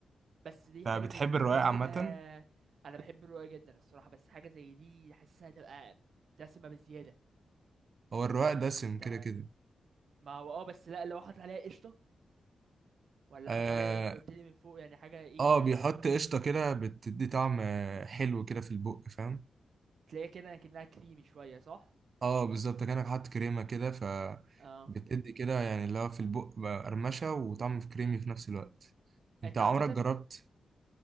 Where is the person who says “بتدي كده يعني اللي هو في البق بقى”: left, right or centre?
Right